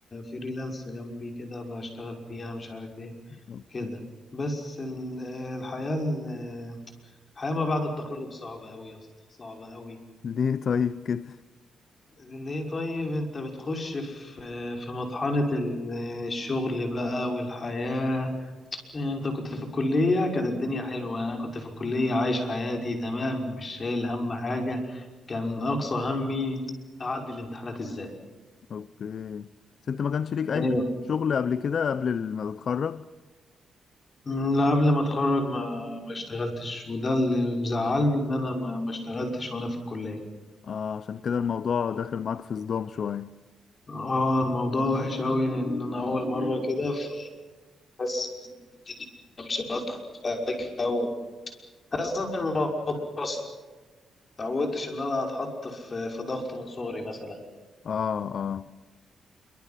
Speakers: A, on the left; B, on the left.
A: فريلانس جنبي كده بشتغل فيها مش عارف إيه
B: أوكي.
A: كده بس ال- الحياة ال- الحياة ما بعد التخرج صعبة أوي يا اسطى صعبة أوي
B: ليه طيب كده؟
A: ليه طيب أنت بتخش في في مطحنة ال- الشغل بقى والحياة أنت كنت في الكلية كانت الدنيا حلوة أنا كنت في الكلية عايش حياتي تمام مش شايل هم حاجة كان أقصى همي أعدي الامتحانات إزاي
B: اوكي بس انت ما كانش ليك اي
A: ايوه
B: شغل قبل كده قبل ما تتخرج
A: أمم، لا قبل ما اتخرج ما ما اشتغلتش وده اللي مزعلني ان انا ما ما اشتغلتش وانا في الكليه
B: اه عشان كده الموضوع داخل معاك في صدام شوية
A: اه الموضوع وحش قوي لان انا اول مره كده فحاسس إن الدنيا مش هقطع حاجه او حاسس ان الموضوع بس متعودتش ان انا اتحط في في ضغط من صغري مثلا
B: اه اه